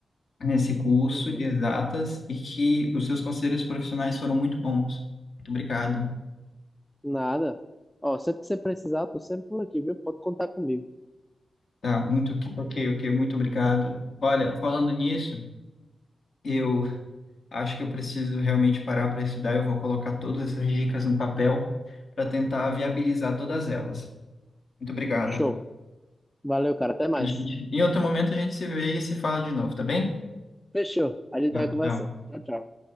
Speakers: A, on the left; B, in the centre.
A: nesse curso
B: Uhum.
A: de exatas e que os seus conselhos profissionais foram muito bons. Muito obrigado.
B: Nada. Ó, sempre que você precisar, tô sempre por aqui, viu? Pode contar comigo.
A: Tá, muito ok, ok, ok, muito obrigado. Olha, falando nisso, eu Acho que eu preciso realmente parar para estudar. Eu vou colocar todas essas dicas no papel para tentar viabilizar todas elas. Muito obrigado.
B: Show. Valeu, cara. Até mais.
A: A gente- Em outro momento a gente se vê e se fala de novo, tá bem?
B: Fechou. A gente
A: Tá,
B: vai conversando.
A: Tchau.
B: Tchau, tchau.